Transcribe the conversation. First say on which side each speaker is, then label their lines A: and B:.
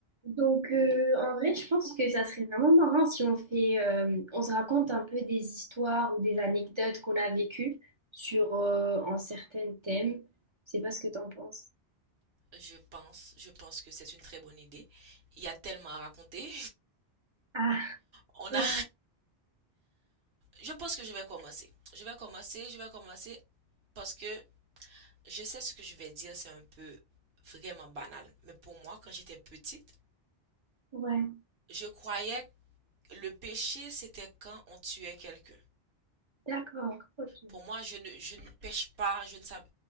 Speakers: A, on the right (about 35°); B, on the right (about 65°).
A: Donc, euh, en vrai, je pense que ça serait vraiment marrant si on fait, euh, on se raconte un peu des histoires ou des anecdotes qu'on a vécues sur euh, un certain thème. Je sais pas ce que t'en penses.
B: Je pense, je pense que c'est une très bonne idée. Il y a tellement à raconter.
A: Ah,
B: <laughs> On
A: oui,
B: a, je pense que je vais commencer. Je vais commencer, je vais commencer parce que je sais ce que je vais dire, c'est un peu vraiment banal. Mais pour moi, quand j'étais petite,
A: ouais,
B: je croyais que le péché, c'était quand on tuait quelqu'un.
A: d'accord, ok.
B: Pour moi, je ne, je ne pêche pas, je ne savais.